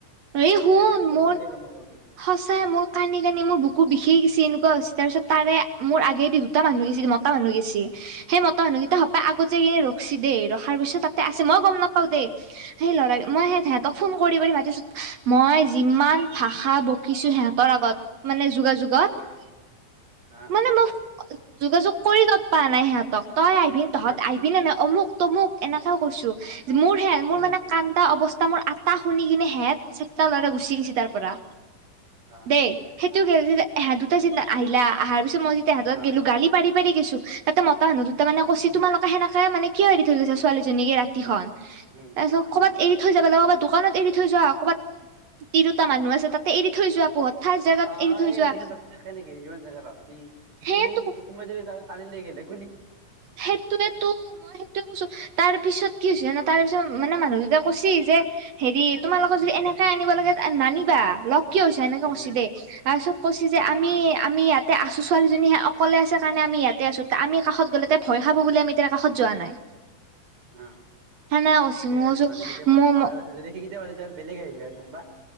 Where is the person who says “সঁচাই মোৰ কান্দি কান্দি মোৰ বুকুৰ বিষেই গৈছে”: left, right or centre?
Right